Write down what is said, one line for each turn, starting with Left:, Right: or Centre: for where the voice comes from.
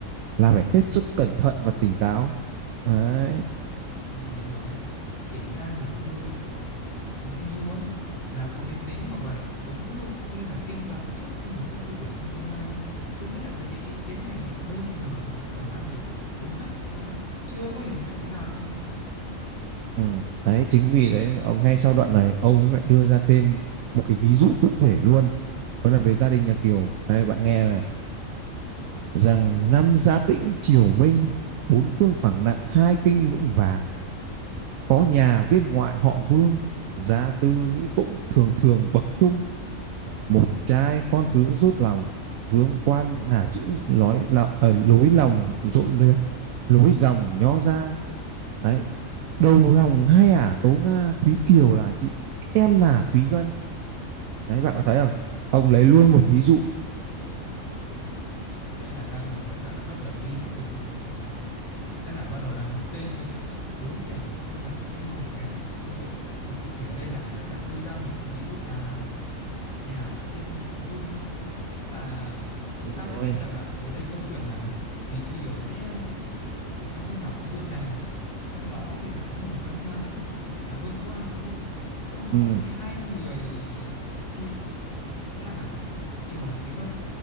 Right: là phải hết sức cẩn thận và tỉnh táo đấy
Left: Ừ, được ấy. Kể ra thì thơ của Nguyễn Du á là có cái tính mà gọi là ứng dụng cũng như là tiên đoán trước cái nhiều cái sự việc trong tương lai luôn. Tôi nghĩ là với cái ý kiến này thì bây giờ nó vẫn còn đang được đúng á, chứ nó cũng chưa có hề sai tí nào luôn à.
Right: ừ. đấy chính vì đấy ông ngay sau đoạn này ông ấy lại đưa ra thêm một cái ví dụ cụ thể luôn đó là về gia đình nhà Kiều đây bạn nghe này rằng năm gia tĩnh triều minh bốn phương phẳng nặng hai kinh vững vàng Có nhà viên ngoại họ Vương, gia tư nghĩ cũng thường thường bậc trung, một trai con thứ rốt lòng, vương quan là chữ lối, lọ- ờ, lối lòng rộn lối, lối dòng nhó ra. Đấy, đầu lòng hai ả à, Tố Nga, Thúy Kiều là chị, em là Thúy Vân. Đấy, bạn có thấy không? Ông lấy luôn một ví dụ.
Left: Ờ, Ở đây là đang là tác giả đã bắt đầu đi vào câu chuyện được kể lại rồi đấy. Tác giả bắt đầu đang xây dựng bối cảnh cũng như là cái hoàn cảnh của câu chuyện. Và cụ thể ở đây là cái tác giả đưa ra một cái ví dụ là nhà viên họ Vương đúng không? Tức là chúng
Right: Đúng
Left: ta
Right: rồi.
Left: sẽ biết rằng là ở đây câu chuyện là Thúy Kiều sẽ ờ, ở trong cái nhà họ Vương này. Trong đó thì là có một người con trai là Vương Quan đúng không? Trong đó
Right: Ừ,
Left: thì hai người chị chính là Thúy Kiều và Thúy Vân.